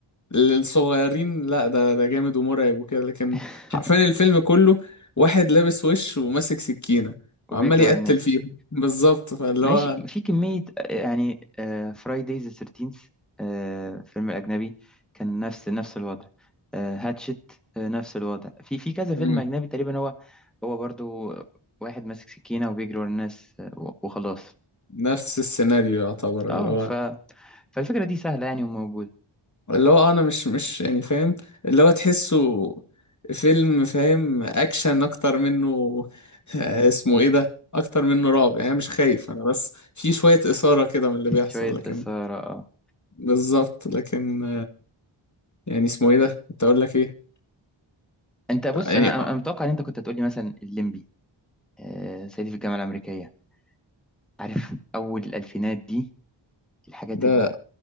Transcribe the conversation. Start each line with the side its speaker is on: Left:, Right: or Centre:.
Left: للصغيرين لا ده ده جامد ومرعب وكده لكن
Centre: <laughs>
Left: حرفيا الفيلم كله واحد لابس وش وماسك سكينة
Centre: وبيجري
Left: وعمال يقتل
Centre: ورا الناس
Left: فيهم بالظبط فاللي
Centre: ماشي
Left: هو
Centre: في كمية يعني فرايدايز 13 آه، فيلم أجنبي كان نفس نفس الوضع هاتشت نفس الوضع في في كذا فيلم
Left: مم.
Centre: أجنبي تقريبا هو هو برضو واحد ماسك سكينة وبيجري ورا الناس آه، و- وخلاص
Left: نفس السيناريو يعتبر
Centre: اه
Left: اللي هو
Centre: ف فالفكرة دي سهلة يعني وموجودة
Left: اللي هو انا مش مش يعني فاهم اللي هو تحسه فيلم فاهم اكشن اكتر منه <laughs> اسمه ايه ده اكتر منه رعب يعني أنا مش خايف انا بس في شوية إثارة كده من اللي
Centre: في
Left: بيحصل
Centre: شوية
Left: لكن
Centre: إثارة اه
Left: بالظبط لكن يعني اسمه ايه ده كنت اقول لك ايه
Centre: انت بص
Left: يعني
Centre: انا
Left: آه،
Centre: انا أنا متوقع ان انت كنت هتقولي مثلا الليمبي آه، صعيدي في الجامعة الأمريكية عارف أول الألفينات دي الحاجات
Left: ده